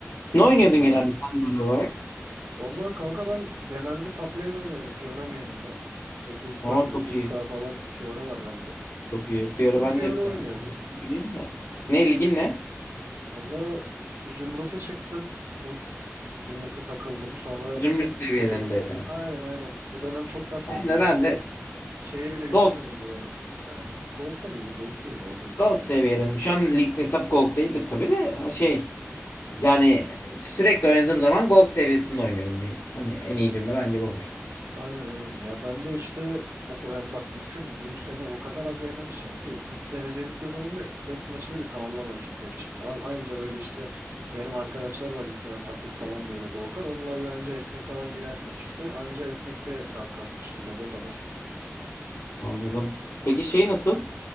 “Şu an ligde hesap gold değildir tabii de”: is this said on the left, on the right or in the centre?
Left